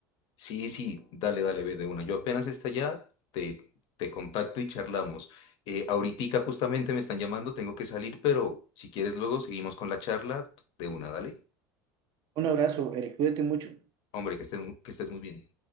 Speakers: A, on the left; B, on the right.
A: Sí, sí, dale, dale, ve de una. Yo apenas esté allá, te, te contacto y charlamos. Eh, ahoritica justamente me están llamando, tengo que salir, pero si quieres luego seguimos con la charla de una, dale.
B: Un abrazo, Eric, cuídate mucho.
A: Hombre, que estés, que estés muy bien.